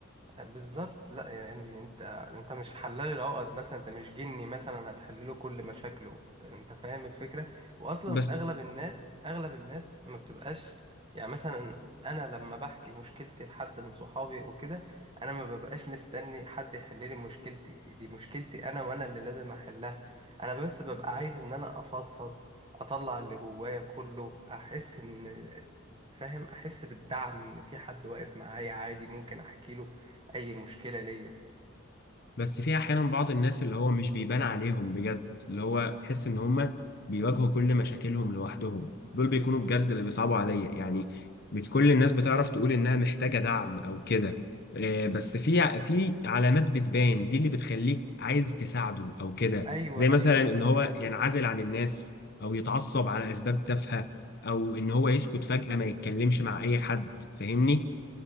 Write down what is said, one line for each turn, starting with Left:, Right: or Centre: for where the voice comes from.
Right: بالظبط لا يعني انت انت مش حلال العقد مثلا انت مش جني مثلا هتحل له كل مشاكله انت فاهم الفكره واصلا
Left: بس
Right: اغلب الناس اغلب الناس ما بتبقاش يعني مثلا انا لما بحكي مشكلتي لحد من صحابي وكده انا ما ببقاش مستني حد يحل لي مشكلتي دي مشكلتي انا وانا اللي لازم احلها انا بس ببقى عايز ان انا افضفض اطلع اللي جوايا كله احس ان فاهم احس بالدعم ان في حد واقف معايا عادي ممكن احكي له اي مشكله ليا
Left: بس في احيانا بعض الناس اللي هو مش بيبان عليهم بجد اللي هو تحس ان هم بيواجهوا كل مشاكلهم لوحدهم دول بيكونوا بجد اللي بيصعبوا عليا يعني مش كل الناس بتعرف تقول انها محتاجة دعم او كده آه، بس في ع- في علامات بتبان دي اللي بتخليك عايز تساعده او كده
Right: ايوه
Left: زي مثلا
Right: ايوه
Left: ان هو ينعزل عن الناس او يتعصب على اسباب تافهة او ان هو يسكت فجأة ما يتكلمش مع اي حد فاهمني